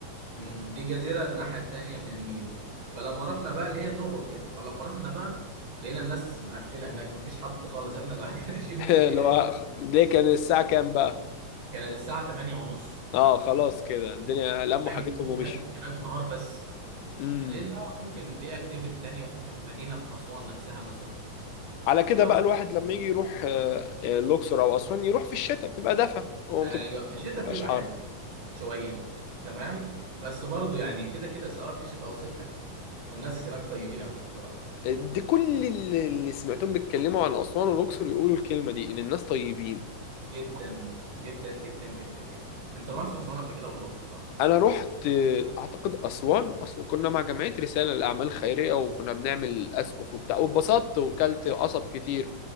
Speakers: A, on the right; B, on the left.
A: مم. دي جزيره الناحيه التانيه من النيل فلما رحنا بقى اللي هي النوبه وكده فلما رحنا بقى لقينا الناس مقفله هناك مفيش حد خالص احنا لوحدنا <laughs> ماشيين
B: <laughs>
A: في الشارع
B: اللي هو ليه كان الساعة كام بقى
A: كان الساعة 8 ونص
B: اه خلاص كده الدنيا لموا
A: أي
B: حاجتهم
A: هو
B: ومشوا
A: هناك هناك نهار بس
B: امم
A: الليل بقى ممكن في أكتيفيتي تانية في المدينة في أسوان نفسها مثلا
B: على كده
A: ولو
B: بقى
A: في-
B: الواحد لما يجي يروح آه، آه، الأقصر أو أسوان يروح في الشتاء بتبقى دفا وما
A: أيوة
B: بتبقى-
A: في الشتاء
B: ما بتبقاش
A: بتبقى
B: حر
A: حلوة شوية تمام بس برضو يعني كده كده سواء في الشتاء أو الصيف حلوة والناس هناك طيبين أوي الصراحة
B: دي كل اللي اللي سمعتهم بيتكلموا عن أسوان والأقصر يقولوا الكلمة دي إن الناس طيبين
A: جدا جدا جدا جدا جدا أنت ما رحتش أسوان قبل كده ولا الأقصر صح؟
B: انا رحت اعتقد اسوان اصل كنا مع جمعيه رساله للاعمال الخيريه وكنا بنعمل اسقف وبتاع واتبسطت وكلت قصب كتير